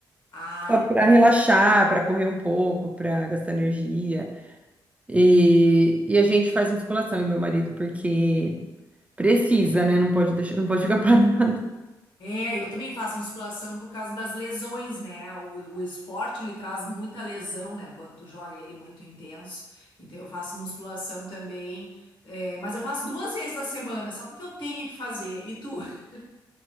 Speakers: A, on the left; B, on the right.
A: Ah,
B: só
A: entendi.
B: para relaxar, para correr um pouco, para gastar energia. E, e a gente faz musculação, eu e meu marido, porque precisa, né? Não pode deixar, não pode ficar <laughs> parado.
A: É, eu também faço musculação por causa das lesões, né? O, o esporte ele traz muita lesão, né? Quando tu joga ele muito intenso. Então eu faço musculação também, é, mas eu faço duas vezes na semana, só porque eu tenho que fazer. E tu? <laughs>